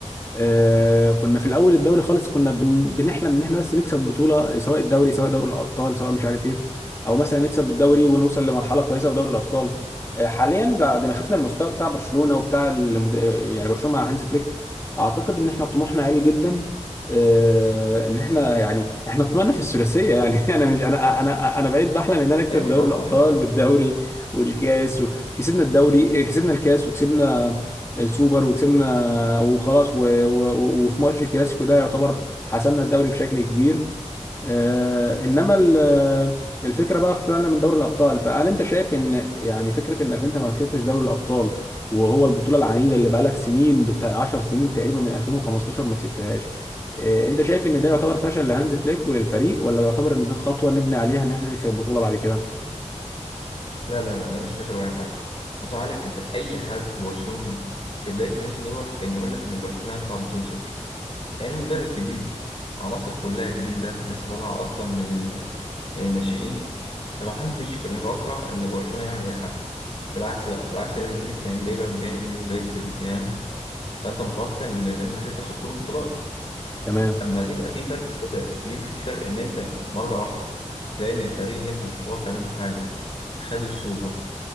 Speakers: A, on the left; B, on the left.
A: آه، كنا في الاول الدوري خالص كنا بن- بنحلم ان احنا بس نكسب بطوله سواء الدوري سواء دوري الابطال سواء مش عارف ايه او مثلا نكسب الدوري ونوصل لمرحله كويسه في دوري الابطال آه، حاليا بعد ما شفنا المستوى بتاع برشلونه وبتاع المد... يعني برشلونه مع هانز فليك اعتقد ان احنا طموحنا عالي جدا آه، ان احنا يعني احنا طمعنا في الثلاثيه يعني <laughs> انا مش انا انا انا بقيت بحلم ان انا اكسب
B: ايوه
A: دوري
B: طبعا
A: الابطال
B: ايوه ايوه
A: والدوري والكاس وكسبنا الدوري آه، كسبنا الكاس وكسبنا السوبر وكسبنا وخلاص و... و... و- وفي ماتش الكلاسيكو ده يعتبر حسمنا الدوري بشكل كبير آه انما ال- آه، الفكره بقى اختلالنا من دوري الابطال فهل انت شايف ان يعني فكره انك انت ما كسبتش دوري الابطال وهو البطوله العنيده اللي بقالك سنين بتاع 10 سنين تقريبا من 2015 ما كسبتهاش آه انت شايف ان ده يعتبر فشل لهانز فليك وللفريق ولا يعتبر ان دي خطوه نبني عليها ان احنا نكسب البطوله بعد كده
B: لا لا لا ده مش فشل ولا اي حاجه بص يا معلم انت اي حد برشلوني في بدايه الموسم دوت كان يقول لك ان برشلونه هيطلع موسم صفري يعني مدرب جديد عناصر كلها جديده لسه طالعه اصلا من ال... من الناشئين فمحدش كان يتوقع ان برشلونه يعمل اي حاجه بالعكس بقى بالعكس ريال مدريد كان جايبه مبابي وجايبه بلينجهام فانت متوقع ان ريال مدريد تاخد كل البطولات
A: تمام
B: اما تبقى في فرق كده في في فرق ان انت مره واحده تلاقي ان الفريق اللي انت مش متوقع منه حاجه خد السوبر